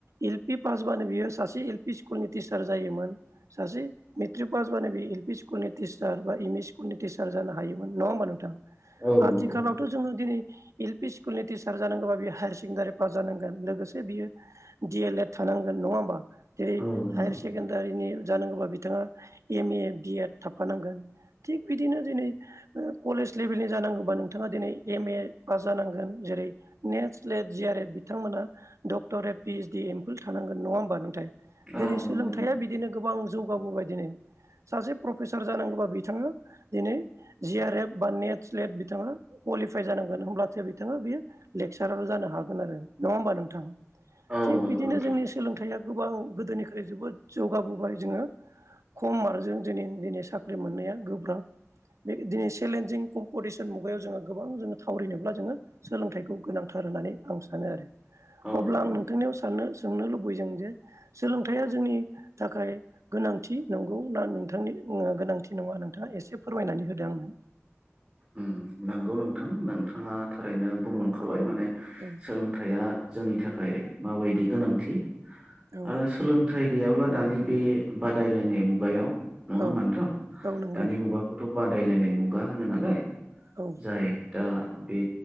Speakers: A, on the right; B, on the right.
A: एल पि पासबानो बियो सासे एल पि स्कुल नि टिचार जायोमोन सासे मेट्रिक पास बानो बे एल पि स्कुल स्कुलनि टिचार बा एम इ स्कुलनि टिचार जानो हायोमोन नङा होमबा नोंथां
B: औ
A: आथिखालाथ'
B: नंगौ
A: जोङो दिनै एल पि स्कुल नि टिचार जानांगौबा बियो हायार सेकेण्डारि पास जानांगोन लोगोसे बियो डि एल एड थानांगोन नङा होमबा जेरै
B: औ नंगौ
A: हायार सेकेण्डारिनि जानांगौबा बिथाङा एम ए बि एड थाफानांगोन थिग बिदिनो दिनै कलेज लेभेलनि जानांगौबा नोंथाङा दिनै एम ए पास जानांगोन जेरै नेटस लेट जि आर एफ बिथांमोना doctorate P S D MPhil थानांग नगां होनबा नोथाय
B: औ
A: जेरै सोलोंथाया
B: नंगौ नोंथां
A: बिदिनो गोबां जौगाबोबाय दिनै सासे प्रफेसार जानांगौबा बिथाङा दिनै जि आर एफ बा नेट स्लेट बिथाङा क्वालिफाइ जानांगौ होमब्लासो बिथाङा बेयो लेक्सारार जानो हागोन आरो नङा होमबा नोंथां
B: औ
A: थिग
B: नंगौ
A: बिदिनो
B: नोंथां
A: जोंनि सोलोंथाइया गोबां गोदोनिख्रुइ जोबोद जौगाबोबाय जोङो खम आरो जों दिनै दिनै साख्रि मोननाया गोब्राब बे दिनै चेलेन्जिं कम्पिटिसन मुगायाव, जोङो गोबां जोङो थावरिनोब्ला जोङो सोलोंथाइखौ गोनांथार। नानै आं सानो आरो
B: औ
A: अब्ला
B: नंगौ
A: आं नोंथांनियाव सनो सोंनो लुबै दों जे सोलोंथाइया जोंनि थाखाय गोनांथि नंगौ ना नोंथांनि गोनांथि नङा नोंथाङा एसे फोरमायनानै होदो आंनो।
B: उम नंगौ नोंथां । नोंथाङा थारैनो बुंलांखाबाय माने
A: औ
B: सोलोंथाइया जोंनि थाखाय माबायदि गोनांथि
A: औ
B: आरो सोलोंथ सोलोंथाइ गैयाब्ला दानि बे बादायलायनाय मुगायाव नङा
A: औ
B: होनबा नोथां,
A: औ नंगौ
B: दानि मुगाखौथ' बादायलायनाय मुगा होनो नालाय,
A: औ
B: जाय दा बे